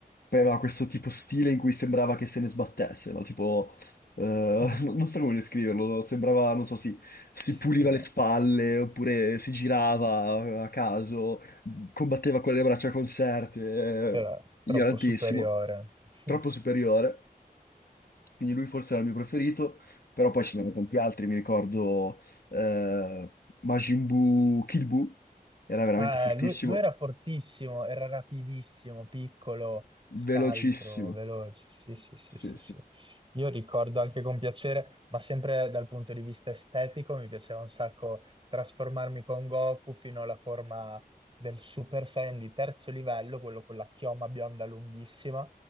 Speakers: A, on the left; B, on the right.
A: aveva questo tipo stile in cui sembrava che se ne sbattesse, no? Tipo, eh,
B: <laughs>
A: <laughs> non non so come descriverlo, no? Sembrava, non so, si, si
B: Sì,
A: puliva le spalle, oppure si girava a caso, combatteva con le braccia conserte,
B: era
A: eh, ignorantissimo,
B: troppo superiore. <laughs>
A: troppo superiore, quindi lui forse era il mio preferito, però poi ce n'erano tanti altri, mi ricordo eh, Majin Buu, Kid Buu, era veramente
B: Eh,
A: fortissimo,
B: lui, lui era fortissimo, era rapidissimo, piccolo,
A: velocissimo,
B: scaltro, veloce. Sì, sì, sì,
A: sì,
B: sì, sì.
A: sì.
B: Io ricordo anche con piacere, ma sempre dal punto di vista estetico, mi piaceva un sacco trasformarmi con Goku fino alla forma del Super Saiyan di terzo livello, quello con la chioma bionda lunghissima,